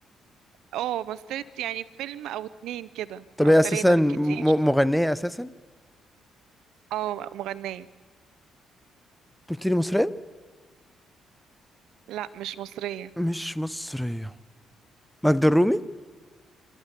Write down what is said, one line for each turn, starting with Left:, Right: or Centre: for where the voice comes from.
Right: أه مثلت يعني في فيلم أو اتنين كده
Centre: طب
Right: أو
Centre: هي اساسا
Right: تلاتة بالكتير
Centre: م- مغنية اساسا أنت
Right: اه مغنية
Centre: قلت لي مصرية
Right: لا مش مصرية
Centre: مش مصرية ماجدة الرومي